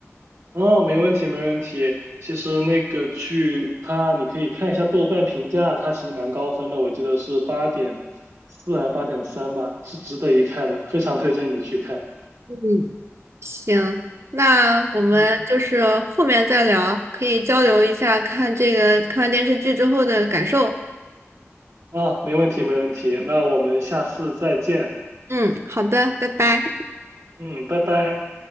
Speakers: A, on the right; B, on the right.
A: 哦，没问题，没问题。其实那个剧它，你可以看一下豆瓣评价，它其实蛮高分的，我记得是八点四还是八点三吧，是值得一看的，非常推荐你去看。
B: 嗯，行，那我们就是后面再聊，
A: 嗯。
B: 可以交流一下看这个看完电视剧之后的感受。
A: 啊，没问题，没问题。那我们下次再见。
B: 嗯，好的，拜拜。
A: 嗯，拜拜。